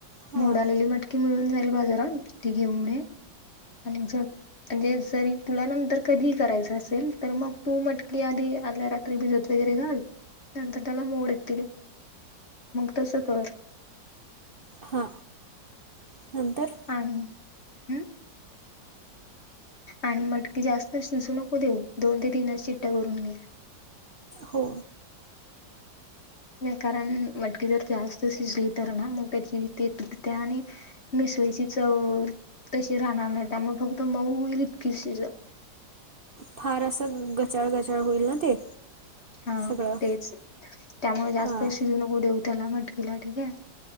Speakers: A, on the right; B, on the left.
A: हां
B: मोडालेली मटकी मिळून जाईल बाजारात, ती घेऊन ये आणि जर, म्हणजे जरी तुला नंतर कधीही करायचं असेल तर मग तू मटकी आधी आदल्या रात्री भिजत वगैरे घाल नंतर त्याला मोड येतील, मग तसं कर.
A: हा नंतर,
B: आणि हम्म, आणि मटकी जास्त शिजू नको देऊ, दोन ते तीनच शिट्ट्या करून घे.
A: हो.
B: कारण मटकी जर जास्त शिजली तर ना, मग त्याची ती तुटतया. या आणि मिसळीची चव तशी राहणार नाही, त्यामुळे फक्त मऊ होईल इतकीच शिजव.
A: फार असं गचाळ गचाळ होईल ना ते.
B: हा
A: सगळं
B: तेच त्यामुळे जास्त
A: हां
B: शिजू नको देवु त्याला मटकला ठीक हा,